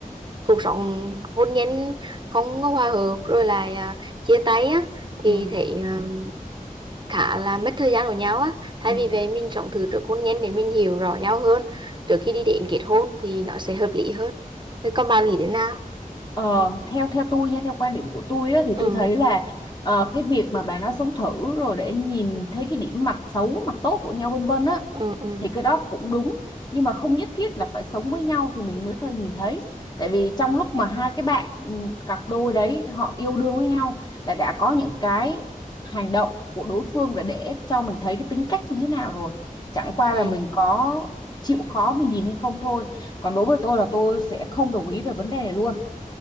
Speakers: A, on the right (about 30°); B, on the left (about 30°).
A: cuộc sống hôn nhân không có hòa hợp rồi lại ờ, chia tay á thì
B: ừ,
A: thấy ờ, khá là mất thời gian của nhau á thay
B: ừ.
A: vì vậy mình sống thử trước hôn nhân để mình hiểu rõ nhau hơn trước khi đi đến kết hôn thì nó sẽ hợp lý hơn thế còn bạn nghĩ thế nào
B: ờ theo theo tôi nha theo quan điểm của tôi á, thì
A: ừ
B: tôi thấy là ờ, cái việc mà bà nói sống thử rồi để nhìn thấy cái điểm mặt xấu mặt tốt của nhau vân vân á
A: ừ ừ
B: thì cái đó cũng đúng nhưng mà không nhất thiết là phải sống với nhau thì mình mới có thể nhìn thấy tại vì trong lúc mà hai cái bạn ừ, cặp đôi đấy họ yêu đương với nhau là đã có những cái hành động của đối phương là để cho mình thấy cái tính cách như thế nào rồi chẳng qua
A: ừ
B: là mình có chịu khó mình nhìn hay không thôi còn đối với tôi là tôi sẽ không đồng ý về vấn đề này luôn